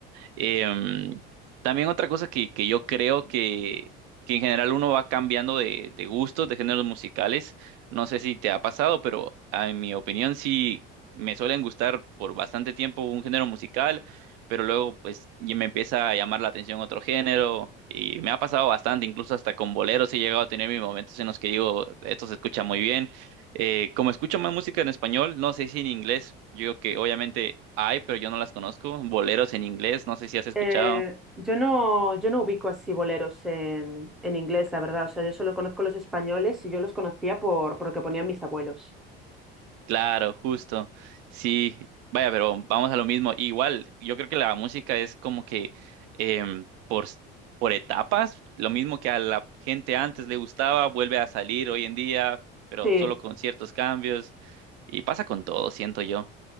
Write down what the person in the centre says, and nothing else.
Eh, yo no, yo no ubico así boleros en, en inglés, la verdad. O sea, yo solo conozco los españoles y yo los conocía por, por lo que ponían mis abuelos.
Sí.